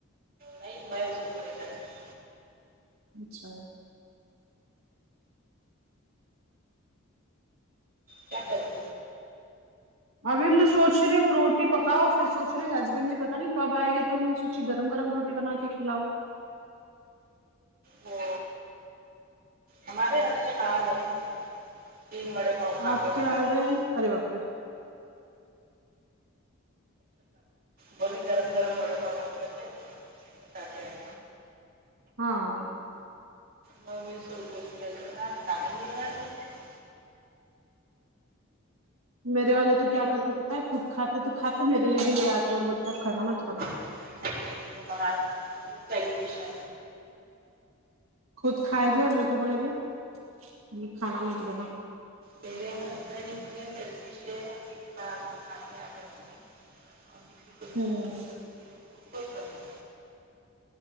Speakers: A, on the right (about 45°); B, on the right (about 80°).
A: نہیں میں اس کو پریشان کرتی
B: اچھا
A: کیا کروگی
B: ابھی میں سوچ رہیوں وہ روٹی پکاؤ پھر سوچ رہی ہسبینڈ جی پتا نہیں کب آئے گئے تو ہم نے سوچی گرم گرم روٹی ٹی بنا کے کھلاؤں
A: وہ ہمارے ہسبینڈ آ گئے تین وڑے پؤ کھا
B: آپ
A: کے باہر
B: آ
A: سے
B: گئے ارے باپ رے
A: بولی گرم گرم بڑے پاؤ بن رہے تھے کھا کے ائے
B: ہاں
A: میں وہ سو رہی ہوں <unintelligible>
B: میرے والے تو کیا کرتے بت خود کھاتے تو کھاتے میرے لیے بھی یہ آتے اور بولتے آب کھانا مت بنا
A: ہوں باہر سلفش ہے
B: خود کھائے گیا اور میرے کو بولے گیا ہم کھانا مت بنا
A: میرے ہسبینڈ اتنے سلفیش ہے اکیلے باہر سے کھاکے آ جاتے ہیں ابھی اسی
B: ہوں
A: بھوک لگ رہی ہے ان کو کوئی پرواہ